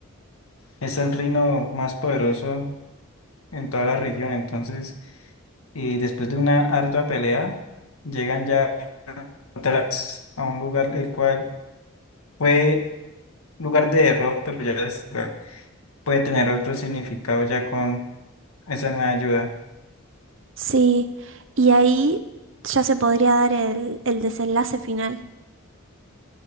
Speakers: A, on the left; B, on the right.
A: Es el reino más poderoso en toda la región, entonces... y después de una ardua pelea, llegan ya otra vez a un lugar el cual fue lugar de error, pero ya es- puede tener otro significado ya con esa nueva ayuda.
B: Sí, y ahí ya se podría dar el, el desenlace final.